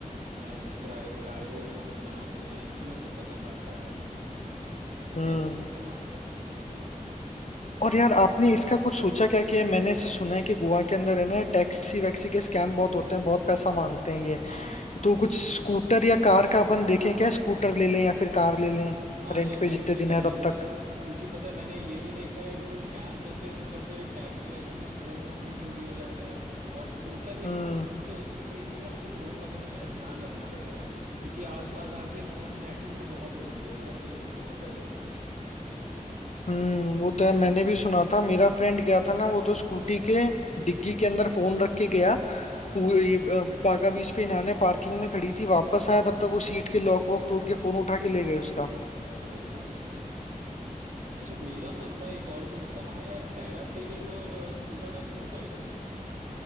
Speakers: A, on the right (about 75°); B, on the left (about 55°).
A: है ग्राय गायरोस वो लोग बनाते हैं ये सब मेरे को पसंद आता है यार तो चल
B: हम्म
A: सकते हैं वहाँ पे
B: और यार आपने इसका कुछ सोचा क्या कि मैंने इसे सुना है कि गोवा के अंदर है ना टैक्सी वैक्सी के स्कैम बहुत होते हैं बहुत पैसा मांगते हैं
A: हाँ
B: तो कुछ स्कूटर या कार का अपन देखें क्या स्कूटर ले लें या फिर कार ले लें
A: हाँ
B: रेंट
A: यार
B: पे
A: रेंट
B: जितने
A: ही
B: दिन
A: कर
B: है
A: लेंगे
B: तब तक
A: क्योंकि पता है मैंने ये भी देखा है एक सौ स्कैम्स होते हैं ऊपर से टैक्सी वैक्सी में फोन वोन भी चोरी हो जाता है और स्कूटर लेकिन
B: हम्म
A: तो उसमें भी ये चीज़ है हमको फोन वगैरह ना यार ध्यान रखना पड़ेगा क्योंकि आसपास आके फोन स्नैचिंग भी बहुत होती है इधर केसेस बहुत बढ़ गए हैं
B: हम्म वो तो यार मैंने भी सुना था मेरा फ्रेंड गया था ना वो तो स्कूटी के डिग्गी के अंदर फोन रख के गया
A: हाँ
B: वो ये, अ, बागा बीच पे इन्हाने पार्किंग में खड़ी थी वापस आया तब तक वो सीट के लॉक वॉक तोड़ के फोन उठा के ले गए उसका
A: अरे भाई साहब अच्छा मेरा मन था एक और चीज़ का वहाँ यार पैरासेलिंग और स्कूबा डाइविंग हो पाएगी